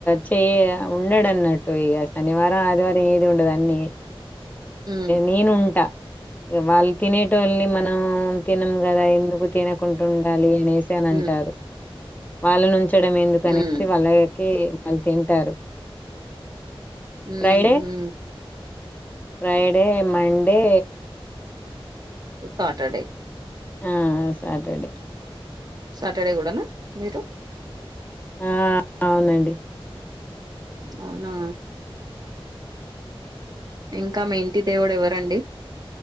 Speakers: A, on the left (about 15°); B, on the right (about 45°).
A: చెయ ఉండడు అన్న అటు ఇగ శనివారం ఆదివారం ఏది ఉండదు అన్ని
B: హ్మ్
A: నేను ఉంటా వాళ్ళు తినేటోల్ని మనం తినము కదా ఎందుకు తినకుండా ఉండాలి <unintelligible> అంటారు
B: హ్మ్
A: వాళ్ళనుంచడం ఎందుకునేసి
B: హ్మ్
A: వాళ్ళకి వాళ్ళు తింటారు
B: హు
A: ఫ్రైడే
B: హు
A: ఫ్రైడే మండేే
B: సాటర్డే
A: ఆ సాటర్డే
B: సాటర్డే కూడ నా మీరు
A: ఆ అవునండి
B: అవునా ఇంకా మీ ఇంటి దేవుడు ఎవరండి